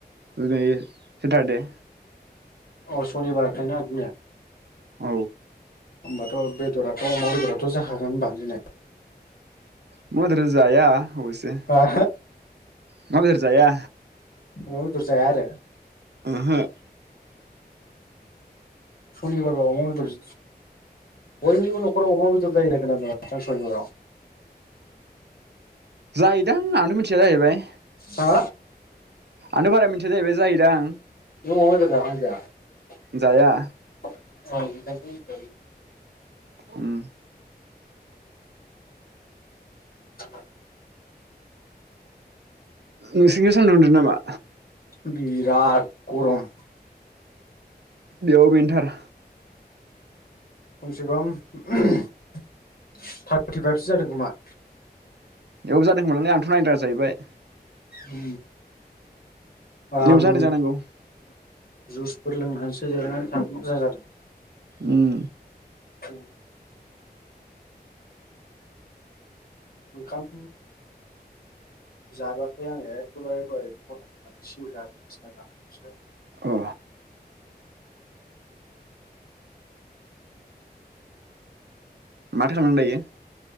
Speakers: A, on the right; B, on the left.
A: दिनै सेटारडे
B: औ सनिबार हाथायना दिनै
A: औ
B: होमबाथ' बेदराथ' अमा बेदराथ' जाखागोन होनबा दिनै
A: अमा बेदर‌ जाया अबसे
B: ओहो
A: अमा बेदर जाया
B: अमा बेदर‌ जाया आरो
A: ओहो
B: सनिबार बा अमा बेदर बयनिबो न'खराव अमा बेदर जायो होननाय खोनादों माथो आं सनिबाराव
A: जायोदां आंनो मिथि थिया जाहैबाय
B: हा
A: आंथ'नो बारा मिथिया जाहैबाय जायोदां
B: नों अमा बेदर‌ जायोना जाया?
A: जाया
B: <unintelligible>
A: उम
B: <inaudible>
A: नोंसोरनिखौ सान्दुं दुंदों नामा?
B: बिराद गरम
A: बेयाव बेनोथार
B: खमसे खम थार्टिफाइभसो जादों खोमा?
A: बेयावबो जादोंमोन नालाय आंथ' नायनो रोङा जाहैबाय।
B: उ <inaudible> ओम
A: बेयाव जादों जानांगौ
B: जुसफोर लोंनो हासै जिरायनानै थानो मोजां जादों।
A: उम
B: औ <inaudible> ओंखाम जाबोआखै आङो एकेबारे दहाय दखिनावनानै सिरा बायदिसिना जानानैसो
A: अ माथो खालामदों दायो?